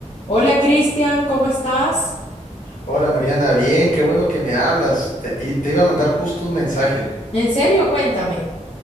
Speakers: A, on the left; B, on the left.
A: Hola Cristian, ¿cómo estás?
B: Hola Mariana, bien, qué bueno que me hablas. Te- y te iba a mandar justo un mensaje.
A: ¿En serio? Cuéntame.